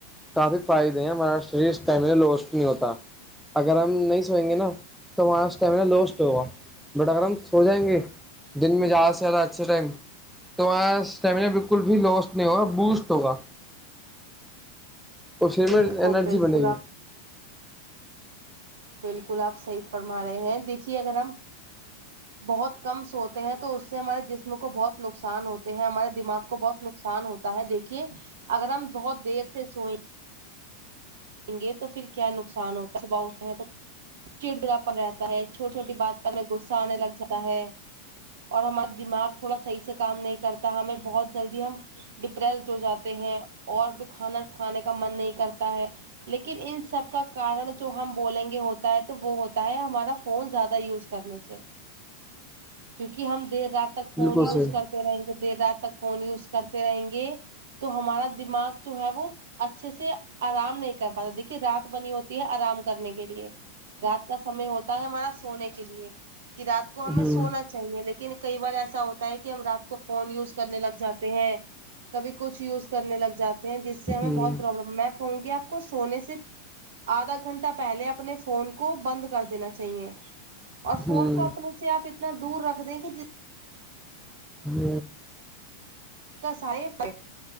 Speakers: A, in the centre; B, on the right.
A: کافی فائدے ہیں ہمارا شریر اسما لوسٹ نہیں ہوتا اگر ہم نہیں سوئیں گے نا تو ہمارا اسٹیما لوسٹ ہوگا بٹ اگر ہم سو جائیں گے دن میں جا سےیادا اچھے ٹائم تو وہاں اسٹیمنا بالکل بھی لوس نہیں ہوگا بوسٹ ہوگا اور شریر
B: بالکل
A: میں انرجی
B: بالکل
A: بنے گی
B: آپ بالکل آپ صحیح فرما رہے ہیں دیکھیے اگر ہم بہت کم سوتے ہیں تو اس سے ہمارے جسم کو بہت نقصان ہوتے ہیں ہمارے دماغ کو بہت ن نقان ہوتا ہے دیکھیے اگر ہم بہت دیر سے سوئے گے تو پھر کیا نقصان ہوتا ہے صبح اٹھ ہیں تو چڑچڑا پر رہتا ہے چوٹی چھوٹی بات پر ہمیں غصہ آنے لگ جاتا ہے اور ہمارا دماغ تھوڑا صحیح سے کام نہیں کرتا ہمیں بہت جلدی ہم ڈپریسڈ ہو جاتے ہیں اور بھی کھانا کھانے کا من نہیں کرتا ہے لیکن ان سب کا کارن جو ہم بولیں گے ہوتا ہے تو وہ ہوتا ہے ہمارا فون زیادہ یوز کرنے سے کیونکہ ہم دیر رات تک فون
A: بالکل
B: یوز
A: صحیح
B: کرتے رہیں گے دیر رات تک فون یوز کرتے رہیں گے تو ہمارا دماغ جو ہے وہ اچھے سے آرام نہیں پات دیکھیے رات بنی ہوتی ہے آرام کرنے کے لیے رات کا سمے ہوتا ہے ہمارا سونے کے لیے کہ رات کو ہمیں
A: ہوں
B: سونا چاہیے لیکن کئی بار ایسا ہوتا ہے کہ ہم رات کو فون یوز کرنے لگ جاتے ہیں کبھی کچھ یوز کرنے لگ جاتے ہیں جس سے ہمیں
A: ہوں
B: بہت پروابلم میں کہوں گی آپ کو سونے سے آدھا گھنٹہ پہلے اپنے فون کو بند کر دینا چاہیے اور فون
A: ہوں
B: کو اپنے سے آپ اتنا دور رکھ دیں کہ جس
A: جی
B: کس ہے ف